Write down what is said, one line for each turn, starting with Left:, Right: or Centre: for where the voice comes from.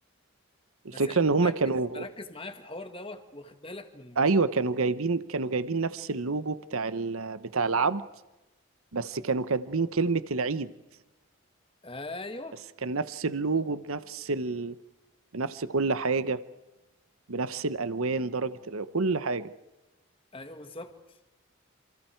Right: الفكرة
Left: بس يعني
Right: ان هما
Left: انت مركز
Right: كانوا
Left: مركز معايا في الحوار دوت واخد بالك من مواقف
Right: ايوه كانوا جايبين كانوا جايبين نفس اللوجو بتاع ال... بتاع العبد بس كانوا كاتبين كلمة العيد
Left: ايوه
Right: بس كان نفس اللوجو بنفس ال... بنفس كل حاجة بنفس الألوان درجة ال... كل حاجة
Left: ايوه بالظبط